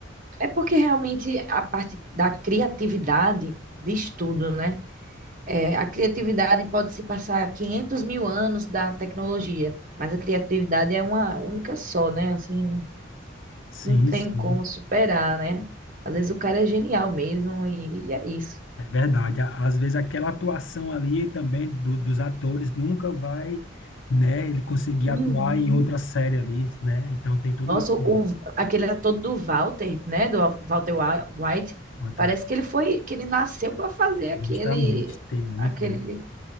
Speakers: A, on the right; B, on the left.
A: É porque realmente a parte da criatividade diz tudo, né? É, a criatividade pode se passar 500 mil anos da tecnologia, mas a criatividade é uma única só, né? Assim, não,
B: Sim,
A: não tem
B: sim,
A: como superar, né? Às vezes o cara é genial mesmo e, e é isso.
B: é verdade. Á- Às vezes aquela atuação ali também do- dos atores nunca vai, né, ele conseguir
A: Uhum.
B: atuar em outra série ali, né? Então tem tudo
A: Nossa,
B: isso.
A: o, aquele ator do Walter, né? Do Walter Wa- White,
B: Sim,
A: parece que ele foi, que ele nasceu para fazer aquele,
B: Justamente, tem muito,
A: aquele.
B: né?